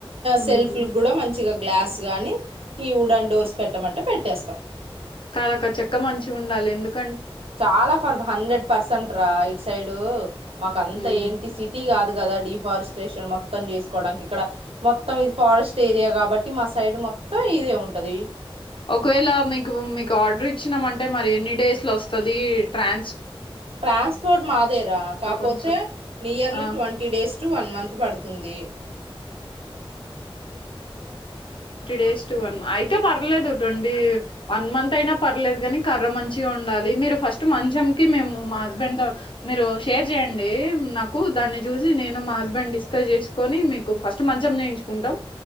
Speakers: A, on the left (about 60°); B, on the right (about 75°).
A: హ్మ్.
B: సెల్ఫ్క్ కూడా మంచిగా గ్లాస్ గాని ఈ ఉడాన్ డోర్స్ పెట్టమంటే పెట్ ట్టేస్తాం
A: కాద ఒక చెక్క మంచిగా ఉండాలి ఎందుక్
B: చాలా ఫర్ హండ్రెడ్ పర్సెంట్ రా ఇయిట్ సైడూ మాకు అంత
A: హ్మ్.
B: ఏంటి సిటీ కాదు కదా డిఫారెస్టేషన్ మొత్తం చేసుకోవడానికి ఇక్కడ మొత్తం ఇ ఫారెస్ట్ ఏరియా కాబట్టి మా సైడ్ మొత్తం ఇదే ఉంటది
A: ఒకవేళ మీకు మీకు ఆర్డర్ ఇచ్చినామంటే మరి ఎన్ని డేస్ లో వస్తది ట్రాన్స్
B: ట్రాన్స్పోర్ట్ మాదేరా కాపోతే
A: కొంచెం?
B: Nearly
A: ఆ!
B: twenty days to one month పడుతుంది
A: ఫిఫ్టీ డేస్ టు వన్ అయ్ తే పర్లేదుడొండీ వన్ మంత్ అయినా పర్లేదు కానీ కర్ర మంచిగా ఉండాలి మీరు ఫస్ట్ మంచంకి మేము మా హస్బెండ్ తో మీరు షేర్ చేయండి నాకు దాన్ని చూసి నేను మా హస్బెండ్ డిస్కస్ చేసుకొని మీకు ఫస్ట్ మంచం చేేయించుకుంటాం